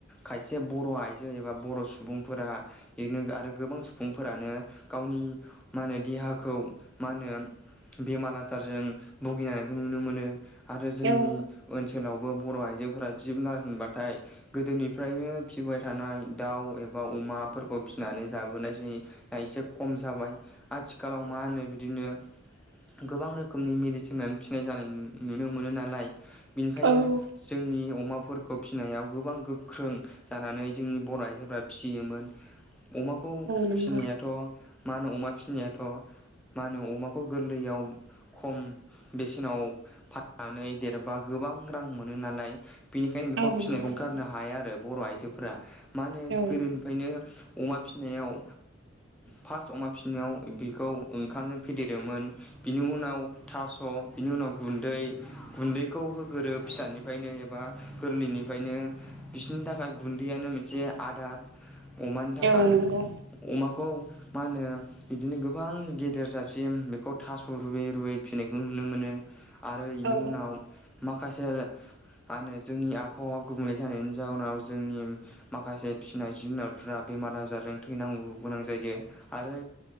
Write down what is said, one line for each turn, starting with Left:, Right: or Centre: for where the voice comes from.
Centre: खायसे बर' आइजो एबा बर' सुबुंफोरा बिदिनो आरो गोबां सुबुंफोरानो गावनि मा होनो देहाखौ मा होनो बेमार आजारजों भुगिनायखौ नुनो मोनो आरो जोंनि
Right: औ
Centre: ओनसोल ओनसोलावबो बर' आइजोफोरा जि जुनार होनबाथाय गोदोनिफ्रायनो फिसिबाय थानाय दाउ एबा अमाफोरखौ फिसिनानै जाबोनायसै। दा एसे खम जाबाय। आथिखालाव मा होनो बिदिनो गोबां रोखोमनि मेडिसिन होननानै फिनाय जानाय नुनो मोनो नालाय। बिनिखायनो
Right: औ
Centre: जोंनि अमाफोर खौ फिसिनायाव गोबां गोख्रों जानानै जोंनि बर' आइजोफोरा फिसियोमोन। अमाखौ
Right: नंगौ
Centre: फिनायाथ' मा होनो अमा फिनायाथ' मा होनो अमाखौ गोरलैयाव खम बेसेनाव फाननानै देरबा गोबां रां मोनो नालाय। बेनिखायनो
Right: औ
Centre: बेखौ
Right: नंगौ
Centre: फिसिनायखौ
Right: नोंथां
Centre: गारनो हाया आरो बर' आइजोफोरा। मा होनो
Right: औ
Centre: गोदोनिफ्रायनो अमा फिसिनायाव फार्स्ट अमा फिनायाव बेखौ ओंखामजों फेदेरदोंमोन। बिनि उनाव थास' बिनि उनाव गुन्दै गुन्दैखौ होगोरो फिसानि निफ्रायनो एबा गोरलैनिफ्रायनो बिसनि थाखाय गुन्दैयानो मोनसे आदार अमानि थाखाय
Right: औ नंगौ
Centre: अमाखौ मा होनो? बिदिनो गोबां गेदेर जासिम बेखौ थास' रुयै रुयै फिसिनायखौ नुनो मोनो, आरो बेनि
Right: औ
Centre: उनाव माखासे मा होनो जोंनि आबहावा गुबुंले थानायनि जाउनाव जोंनि माखासे फिनाय जुनारफ बेमार आजारजों थैनांगौ गोनां जायो आरो।